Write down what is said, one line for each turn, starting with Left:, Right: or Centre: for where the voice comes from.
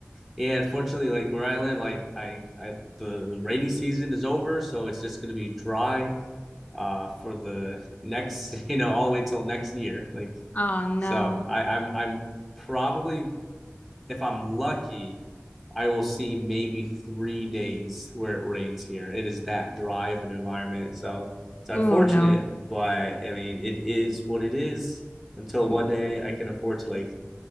Centre: Yeah, unfortunately, like where I live, like I, I the rainy season is over, so it's just going to be dry uh for the next, <laughs> you know, all the way till next year. Like
Left: Oh no.
Centre: so I I'm I'm probably if I'm lucky, I will see maybe three days where it rains here. It is that dry of an environment. So it's unfortunate,
Left: Oh no.
Centre: but I mean, it is what it is until
Left: W-
Centre: one day I can afford to like